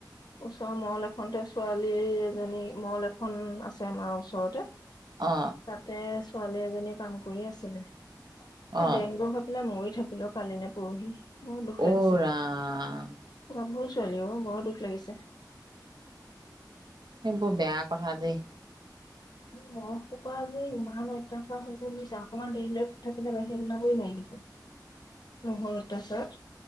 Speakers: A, on the left; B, on the right.
A: ওচৰৰ মল এখনতে ছোৱালী এজনী মল এখন আছে আমাৰ ওচৰতে।
B: অ
A: তাতে ছোৱালী এজনী কাম কৰি আছিলে
B: অ
A: এই ডেংগু হৈ পেলাই মৰি থাকিলে কালি নে পৰহি, বহুত দুখ
B: অ
A: লাগিছে।
B: ৰাম
A: গাভৰু ছোৱালী বহত দুখ লাগিছে।
B: সেইবোৰ বেয়া কথা দেই
A: ম'হসোপা যে ইমান অত্যাচাৰ হৈছে বুইছা অকণমান দেৰিলৈ থাকিলে বাহিৰ ওলাবই নোৱাৰি দেখোন
B: উ।
A: নহ'ল তাৰ পিছত